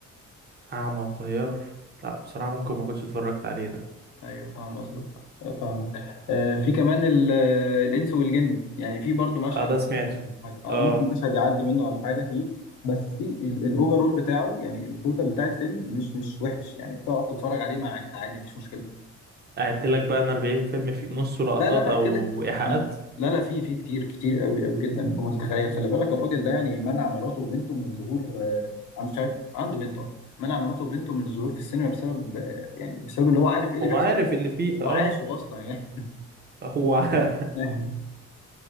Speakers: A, on the right; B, on the left.
A: اعمى وطيار لا بصراحه ممكن ما كنتش اتفرجت عليه ده
B: ايوه فاهم قصدك آه، فاهمك آه، في كمان ال- آه، الانس والجن يعني في برضو مشهد
A: اه ده
B: مثلا
A: سمعته
B: ممكن حاجه اه
A: اه
B: ممكن مشهد يعدي منه ولا حاجه فيه بس ستيل الاوفرول بتاعه يعني التوتال بتاع الفيلم مش مش وحش يعني تقعد تتفرج عليه مع عادي مفيش مشكله
A: قعدت لك بقى انا 40 فيلم في نصه لقطات
B: لا لا لا
A: او
B: كده كده.
A: ايحاءات
B: لا لا في في كتير كتير قوي قوي جدا
A: مم.
B: فوق ما تتخيل خلي بالك الراجل ده يعني منع مراته وبنته من ظهور آه، عنده مش عارف عنده بنته آه. منع مراته وبنته من الظهور في السينما بسبب آه، يعني بسبب اللي هو عارف ايه اللي
A: هو
B: بيحصل
A: عارف
B: كده
A: اللي فيها
B: وعاشه
A: اه
B: اصلا يعني
A: هو ع-
B: <laughs>